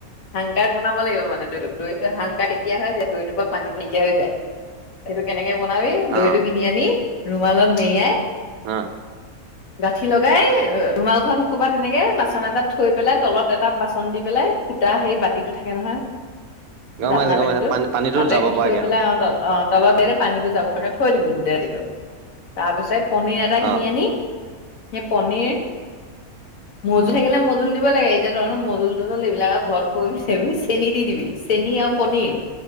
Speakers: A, on the left (about 70°); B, on the right (about 75°).
A: হাংকাট বনাব লাগিব মানে দৈ- দৈতো হংকাৰ কেতিয়া হয় যে দৈটোৰ পৰা পানীত নাইকা হৈ যায় সেইটো কেনেকে বনাবি দৈটো
B: অ',
A: কিনি আনি ৰুমালত মেৰিয়াই
B: হা,
A: গাঁঠি লগাই ৰুমালখন কৰ'বাত এনেকে বাচন এটা থৈ পেলাই তলত এটা বাচন দি পেলাই, ফুটা সেই বাতিটো থাকে নহয়
B: গম
A: জালনা
B: পাইছোঁ গম
A: বাতিতো,
B: পাইছোঁ পানী পানীতো
A: তাতে
B: যাব
A: সেইটো
B: পৰাকে
A: কৰি পেলাই
B: আৰু
A: অ তলত ব পানীটো যাব লাগে থৈ দিবি গোটেই ৰাতিটো, তাৰ পিছত পনীৰ এটা কিনি
B: অ',
A: আনি সেই পনীৰ মজুল থাকিলে মজুল দিব লাগে এতিয়া ধৰণৰ মজুল তজুল এইবিলাক আৰু ঘৰত কবি চনি চেনি দি দিবি, চেনি আৰু পনীৰ